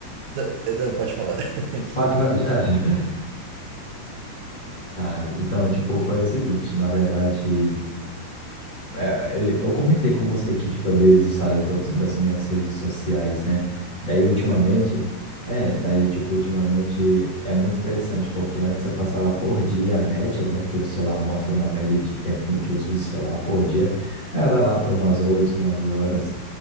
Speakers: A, on the right; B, on the left.
A: Não, não, pode falar. <laughs> Desculpa.
B: Fale, fale, já era. <laughs> Tá, então, tipo, foi o seguinte, na verdade, é, eu eu comentei com você que, tipo, eu desinstalei todas as minhas redes sociais, né? Daí, ultimamente,
A: Comentou.
B: é, daí, tipo, ultimamente é muito interessante, porque antes eu passava por dia a média, né? Que o celular mostra uma média de tempo de uso do celular por dia, era lá por umas 8, 9 horas